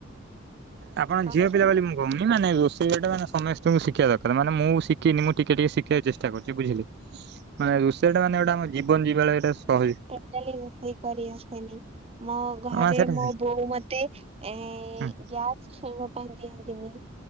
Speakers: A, on the right; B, on the right.
A: ଆପଣ
B: କ
A: ଝିଅ ପିଲା ବୋଲି ମୁଁ ହଉନି ମାନେ ରୋଷେଇ ଗୋଟେ ମାନେ ସମସ୍ତଙ୍କୁ ଶିଖିବା ଦରକାର ମାନେ ମୁଁ ଶିଖିନି ମୁଁ ଟିକେ ଟିକେ ଶିଖିବା ଚେଷ୍ଟା କରୁଛି ବୁଝିଲେ। ମାନେ ରୋଷେଇ
B: ମତେ
A: ଟା ମାନେ ଗୋଟେ ଆମ ଜୀବନ ଯିବା ଳୟା ଟା ଶୈଳୀ।
B: ତାହେଲେ ରୋଷେଇ କରି ଆସେନି। ମୋ ଘରେ
A: ମାନେ ସେଟା
B: ମୋ ବୋଉ ମତେ ଏ
A: ହୁଁ
B: ଗ୍ୟା ଛୁଇବା ପାଇଁ ଦିଅନ୍ତିନି।